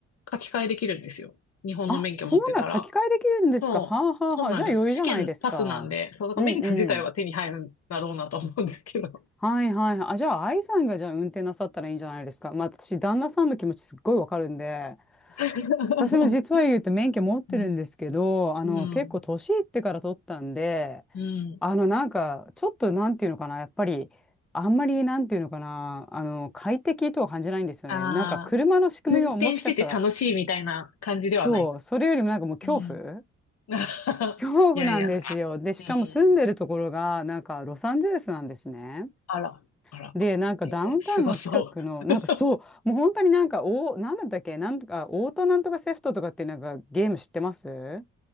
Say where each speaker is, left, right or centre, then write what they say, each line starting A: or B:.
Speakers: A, on the left; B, in the centre.
A: 書き換えできるんですよ。日本の免許持ってたら。
B: あ、そうな、書き換えできるんですか。
A: そう、
B: はあはあはあ。
A: そうなんです。
B: じゃあ、余裕じゃないですか。
A: 試験パスなんで、そう、だから免許自体は手に入るんだろうなと思うんですけど。
B: うんうん。はいはいはい。あ、じゃあ、愛さんがじゃあ運転なさったらいいんじゃないですか。まあ、私、旦那さんの気持ちすっごいわかるんで、
A: <laughs>
B: 私も実は言うと免許持ってるんですけど、
A: うん。
B: あの、
A: うん。
B: 結構年いってから取ったんで、
A: うん。
B: あの、なんか、ちょっとなんていうのかな、やっぱり、あんまりなんていうのかな、あの、快適とは感じないんですよね。
A: ああ、
B: なんか、車の仕組みをもしかしたら、
A: 運転してて楽しいみたいな感じではないです。
B: そう、それよりもなんかもう恐怖
A: うん。<laughs>
B: 恐怖なんですよ。
A: いやいや、
B: で、しかも住んでるところが、
A: うん。
B: なんか、ロサンゼルスなんですね。
A: あら、あら。
B: で、なんかダウンタウンの近くの、
A: えー、すごそう。
B: なんかそう、
A: <laughs>
B: もう本当になんか、お、なんだったっけ、なんとか、オートなんとかセフトとかってなんかゲーム知ってます